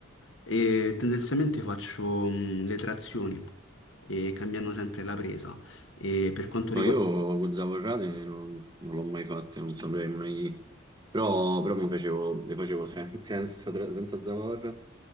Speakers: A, on the left; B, on the right.
A: E tendenzialmente faccio mh, le trazioni, e cambiando sempre la presa. E per quanto riguarda
B: Ma io con zavorrate non, non l'ho mai fatte, non saprei mai, però, però mi facevo, le facevo sen- <laughs> senza, tra- senza zavorra